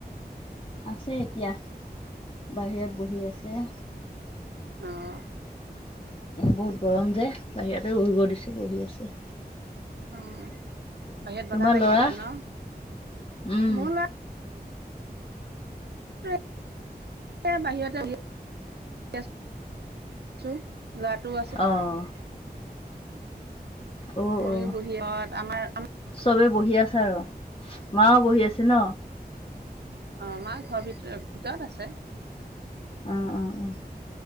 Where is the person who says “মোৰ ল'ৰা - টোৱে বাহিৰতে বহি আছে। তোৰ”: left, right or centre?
Right